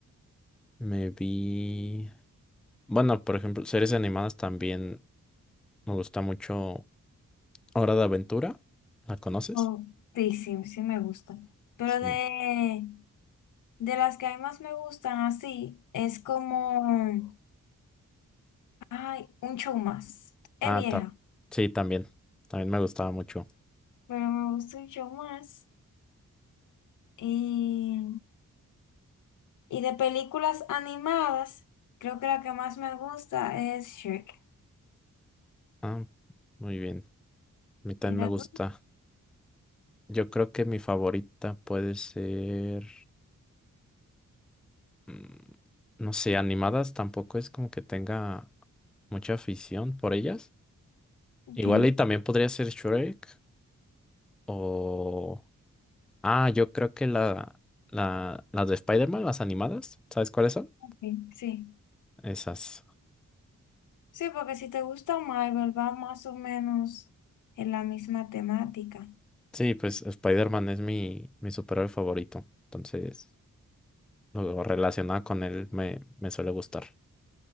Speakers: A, in the centre; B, on the left (about 70°).
A: me vi. Bueno, por ejemplo, series animadas también me gusta mucho. Hora de Aventura, ¿la conoces?
B: oh, sí, sí, sí me gusta. Pero
A: Sí.
B: de, de las que a mí más me gustan así, es como, ay, un show más.
A: Ah,
B: Es vieja,
A: ta- sí, también. También me gustaba mucho.
B: pero me gusta un show más. Y Y de películas animadas, creo que la que más me gusta es Shrek.
A: Ah, muy bien. A mí también
B: ¿Y la
A: me gusta.
B: tuya?
A: Yo creo que mi favorita puede ser. mm, No sé, animadas tampoco es como que tenga mucha afición por ellas.
B: Ok,
A: Igual y también podría ser Shrek. O. Ah, yo creo que la, la, las de Spider-Man, las animadas, ¿sabes cuáles son?
B: ok, sí.
A: Esas.
B: Sí, porque si te gusta Marvel, va más o menos en la misma temática.
A: Sí, pues Spider-Man es mi, mi superhéroe favorito. Entonces, lo relacionado con él me, me suele gustar.